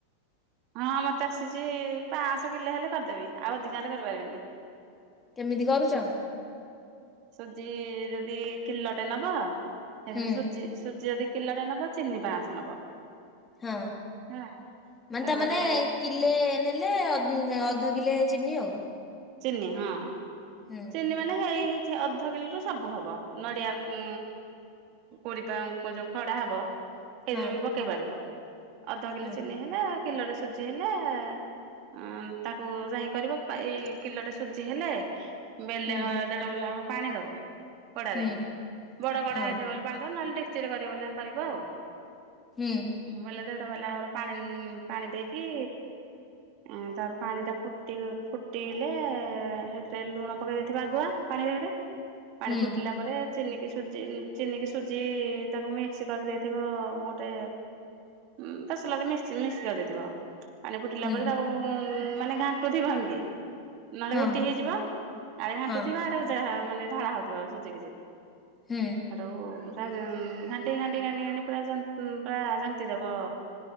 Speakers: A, on the right; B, on the left.
A: ହଁ ମତେ ଆସିଛି ପାଞ୍ଚଶହ କିଲେ ହେଲେ କରିଦେବି ଆଉ ଅଧିକା ହେଲେ କରିପାରିବିନି
B: କେମିତି କରୁଛ।
A: ସୁଜି ଯଦି କିଣିଲଟେ ନବା ସେଇଥିରେ
B: ହୁଁ
A: ସୁଜି ସୁଜି ଯଦି କିଲୋଟେ ନବ ଚିନି ପାଁଶ ନବ
B: ହଁ।
A: ହେଲା
B: ମାନେ
A: ତାକୁ
B: ତାମାନୋନେ
A: ଗୋଟେ
B: କିଲେ ନେଲେ ଅଧ କିଲେ ଚିନି ଆଉ
A: ଚିନ୍ନି ହଁ।
B: ହୁଁ
A: ଚିନି ମାନେ ହେଇ ହେଇଛି ଅଧ କିଲୋ ର ସବୁ ହବ ନଡିଆ ଉ କୋରି ପା ଯୋଉ ଖଡା ହବ ସେଇଥିରୁ
B: ହଁ
A: ବି ପକେଇ ପାରିବ ଅଧ କିଲୋ
B: ହଁ
A: ଚିନି ହେଲେ କିଲରେ ସୁଜି ହେଲେ ଅ ତାକୁ ଯାହିଁ କରିବ ପା ଏଇ କିଲୋଟେ ସୁଜି ହେଲେ। ବେଲେ
B: ହୁଁ
A: ହ ଦେଢ ବଲା ହବ ପାଣି ଦବ। କଡାରେ
B: ହୁଁ
A: ବଡ କଡା
B: ହଁ
A: ହେଇଥିବ ବ ବାନ୍ଧ ନହେଲେ ଡେକ୍ଚିରେ କରିବ ବୋଲି ଯାହା କରିବ ଆଉ।
B: ହୁଁ।
A: ବେଲେ ଦେଢ ବାଲା ଆବର ପାଣି ପାଣି ଦେଇକି ଅଁ ତାପରେ ପାଣି ଟା ଫୁଟି ଫୁଟିଲେ ସେଇଥିରେ ଲୁଣ। ପକେଇ ଦେଇଥିବେ ଆଗୁଆ ପାଣିରେ ଗୋଟେ ପାଣି
B: ହୁଁ
A: ଫୁଟିଲା ପରେ। ଚିନିକି ସୁଜି ଚିନିକି ସୁଜି ତାଙ୍କୁ ମିକ୍ସ କରିଦେଇଥିବ ଗୋଟେ ଉଁ ତସଲା ମିକ୍ସ <unintelligible> ମିକ୍ସ ଲଗେଇ ଦେଇଥିବ। ପାଣି ଫୁଟିଲା
B: ହୁଁ
A: ପରେ ତାକୁ ଉଁ ମାନେ ଘାଣ୍ଟୁ ଥିବ ଏମିତି, ନହେଲେ
B: ହଁ
A: ଗୋଟି ହେଇଯିବ। ଆଡେ ଘାଣ୍ଟୁ
B: ହଁ
A: ଥିବା ଆଡେ ମାନେ ଯା ଢଳା ହଉଥିବ ସୁଜିକି ଚିନି।
B: ହୁଁ।
A: ସେଟୁ ଫାଷ୍ଟ୍ ଘାଣ୍ଟି ଘାଣ୍ଟି ଘାଣ୍ଟି ଘାଣ୍ଟି ପୁରା ଜନ୍ତ୍ ପୁରା ଜନ୍ତିଦବ।